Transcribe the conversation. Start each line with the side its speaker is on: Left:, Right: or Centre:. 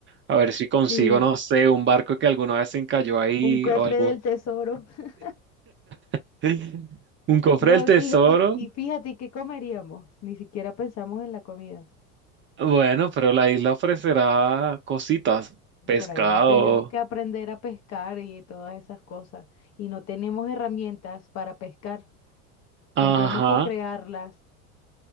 Right: A ver si consigo,
Left: Sí,
Right: no sé, un barco que alguna vez se encalló ahí
Left: un cofre
Right: o algún...
Left: del tesoro. <laughs>
Right: <laughs> Un cofre
Left: No,
Right: del
Left: y fija-
Right: tesoro.
Left: y, y fíjate, ¿qué comeríamos? Ni siquiera pensamos en la comida.
Right: Bueno, pero la isla ofrecerá cositas, pescado.
Left: Por ahí nos tenemos que aprender a pescar y todas esas cosas. Y no tenemos herramientas para pescar.
Right: Ajá.
Left: Tendríamos que crearlas,